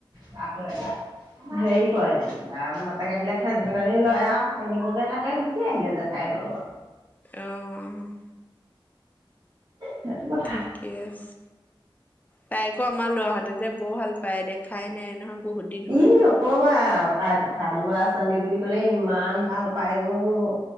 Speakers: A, on the right (about 45°); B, on the left (about 20°).
A: ৰাাক <inaudible> হেৰি কৰে যেনিবা। বাপেক আহিলে ঠেন ঠেননি লয় আৰু আনিবগে লাগে, গুচি আহিলে জেঠায়কৰ লগত।
B: অ',
A: সেইটো কথা।
B: ঠিকে আছে, তাইকো আমাৰ ল'ৰা হটে ত যে বৰ ভাল পায়। দেখাই নাই নহয় বহুত- দিন হ'ল।
A: ই নকবায় তাই কথা, ল'ৰা-ছোৱালী বুলি ক'লে ইমান ভাল পায় অ'।